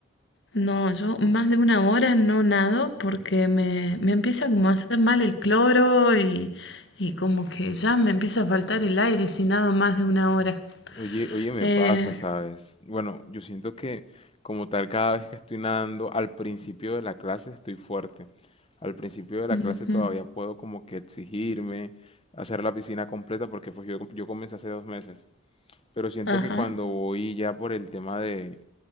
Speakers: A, on the left; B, on the left.
A: no, yo más de una hora no nado porque me, me empieza como a hacer mal el cloro y, y como que ya me empieza a faltar el aire si nado más de una hora.
B: Oye, oye, me
A: Eh,
B: pasa, ¿sabes? Bueno, yo siento que como tal cada vez que estoy nadando, al principio de la clase estoy fuerte. Al principio de la
A: ujú,
B: clase todavía puedo como que exigirme, hacer la piscina completa, porque pues yo, yo comencé hace dos meses. Pero siento
A: ajá.
B: que cuando voy ya por el tema de